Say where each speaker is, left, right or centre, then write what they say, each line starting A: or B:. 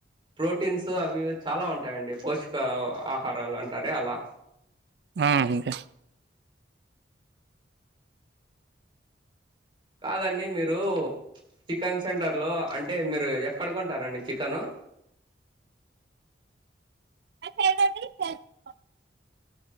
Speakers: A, on the right; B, on the right.
A: ప్రోటీన్స్ అవి ఇవి చాలా ఉంటాయండి. పోషక ఆహారాలు అంటారే అలా.
B: ఆ అండి.
A: కాదండి మీరు చికెన్ సెంటర్లో అంటే మీరు ఎక్కడ కొంటారండి చికెను?
B: మై ఫేవరేట్ <inaudible>